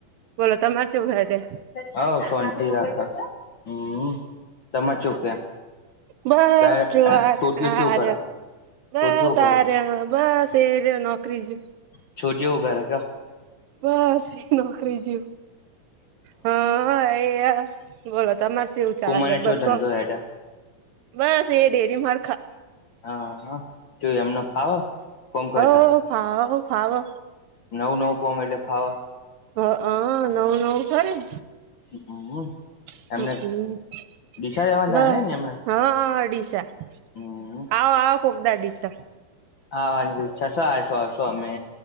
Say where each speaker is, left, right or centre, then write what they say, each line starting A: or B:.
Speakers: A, on the right; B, on the left.
A: બોલો તમાર શવું હેડે
B: હ ફોનથી રાખો હમ તમાર છું કે?
A: બસ
B: ગાય
A: જુવાર
B: છોકરીઓ
A: હાર
B: શું કરે
A: બસ
B: છોકરીઓ હું કરે
A: આ રહ્યા બસ એ ર નોકરી જ.
B: છોટીઓ ઘર ક?
A: બસ એ નોકરી જું હા એયા બોલો તમારે એવું ચાલે
B: કુમારને
A: બસો
B: ચો ધંધો હેડે
A: બસ એ ડેરી માર ખા
B: હા હ જો એમને ફાવ કોમકટ
A: હવ ફાવો ફાવો
B: નવ નવ કોમ એટલે ફાવ
A: હ, હ નવ નવ ખરી
B: હમ
A: હમ,
B: એમને
A: હમ
B: ડીસા
A: બ
B: જવાના થાય ને
A: હા
B: એમને
A: ઓડીશા
B: હમ
A: આવ આવકગદા દસા
B: આ વાંધછશો આશું આવશું અમે